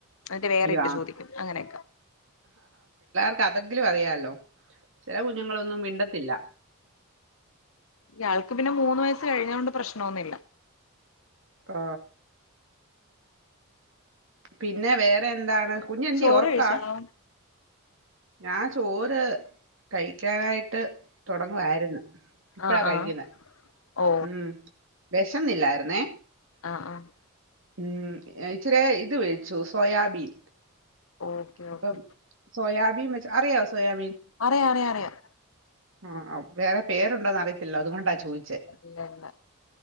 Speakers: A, on the left (about 70°); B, on the right (about 60°).
A: ന്ന്ട്ട് വേറെയിട്ട്
B: അയ്യോ,
A: ചോദിക്കും അങ്ങനെയൊക്ക
B: ക്ക് അതെങ്കിലും അറിയാലോ ചെല കുഞ്ഞ്ങ്ങളൊന്നും മിണ്ടത്തില്ലാ
A: ഇയാൾക്ക് പിന്നെ മൂന്ന് വയസ്സ് കഴിഞ്ഞോണ്ട് പ്രശ് നൊന്നില്ല
B: ആ പിന്നെ വേറെ വെന്താണ് കുഞ്ഞന്തേ
A: ചോറ്
B: ഒർക്കാ
A: കഴിച്ചാണോ
B: ഞാൻ ചോറ് കഴിക്കാനായിട്ട് ട്ട് തുടങ്ങുവായിരുന്നു ഇപ്പഴാ
A: ആഹ്
B: കഴിക്കുന്നേ
A: ആഹ് ഓ
B: ഉം വെശന്നില്ലാര്ന്നേ
A: ആഹ് ആഹ്
B: ഉം ഏ ഇച്ചിരിയെ ഇത് വേവിച്ചു സോയാബീൻ
A: ഓക്കെ
B: അപ്പം
A: ഓക്കെ
B: സോയാബീൻ വെച്ച് അറിയോ സോയാബീൻ
A: അറിയാം അറിയാം അറിയാം
B: ആഹ് വേറെ പേരുണ്ടോന്ന് അറിയത്തില്ല അതുകൊണ്ടാ ചോദിച്ചേ
A: ഇല്ല ഇല്ല